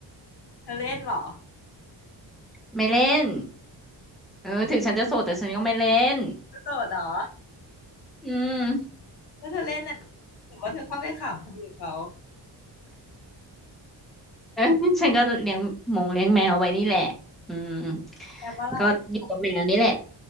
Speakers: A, on the left; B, in the centre.
A: เธอเล่นเหรอ
B: ไม่เล่นเออถึงฉันจะโสดแต่ฉันก็ไม่เล่น
A: เธอโสดเหรอ
B: อืม
A: แล้วเธอเล่นน่ะถือว่าเธอเข้าไปขำคนอื่นเขา
B: เออ <laughs> ฉันก็เลี้ยงหมงเลี้ยงแมวไว้นี่แหละอืม
A: แอปอะไร
B: ก็อยู่กับแมวนี่แหละ